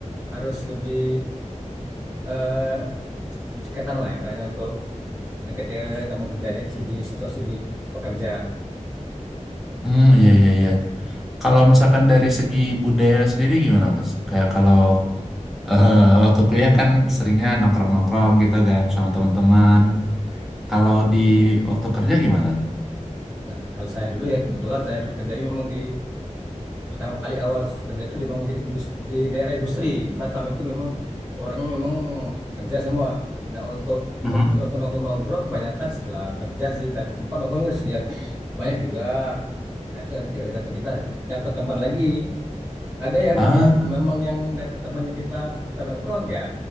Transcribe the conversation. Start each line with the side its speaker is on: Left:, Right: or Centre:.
Right: harus lebih eh ceketan lah intinya untuk deket ya teman kerjanya di, di situasi di pekerja.
Centre: Hmm, iya, iya, iya. Kalau misalkan dari segi budaya sendiri gimana, Mas? Kayak kalau eh, waktu kuliah kan seringnya nongkrong-nongkrong gitu kan sama teman-teman. Kalau di waktu kerja gimana?
Right: Nah, kalau saya dulu ya kebetulan saya dulu kerjanya memang di pertama kali awal kerja itu memang di industri, di daerah industri di Batam itu memang orangnya memang kerja semua. Nah, untuk
Centre: Mhm.
Right: untuk nongkrong nongkrong kebanyakan setelah kerja sih tapi tempat nongkrong juga disediakan banyak juga. Nah, itu nanti tergantung kita dapat teman lagi. ada yang
Centre: Ah,
Right: yang memang yang dapat temannya kita suka nongkrong ya